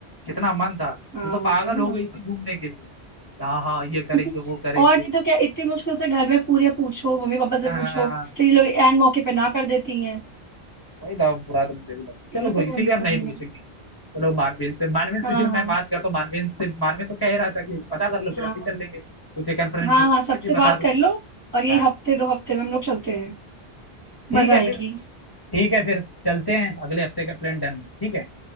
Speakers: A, on the left; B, on the right.
A: कितना मन था
B: हाँ
A: तू तो पागल
B: वही ना
A: हो गई थी घूमने के लिए हाँ हाँ ये करेंगे
B: <laughs>
A: वो करेंगे
B: और नहीं तो क्या इतनी मुश्किल से घर में पूरे पूछो मम्मी पापा
A: हाँ
B: से पूछो तो ये लोग एन मौके पे ना कर देती हैं
A: वही था बुरा तो मुझे भी लगा
B: इन
A: चलो
B: लोग
A: कोई
B: को तो
A: इसीलिए
B: कोई मतलब
A: हम नहीं
B: नहीं
A: पूछेंगे
B: है
A: चलो मानवीन से मानवीन से
B: हाँ
A: फिर मैं
B: हाँ
A: बात करता हूँ मानवीन से मानवीन तो कह ही रहा था कि पता कर लो फिर
B: हाँ
A: हम भी चल लेंगे तुझे कन्फर्म
B: हाँ
A: पे
B: हाँ सबसे
A: भी बता
B: बात
A: दूंगा
B: कर लो और यही
A: हाँ
B: हफ्ते दो हफ्ते में हम लोग चलते हैं
A: ठीक
B: मजा
A: है
B: आएगी
A: फिर ठीक है फिर चलते हैं अगले हफ्ते का प्लान डन ठीक है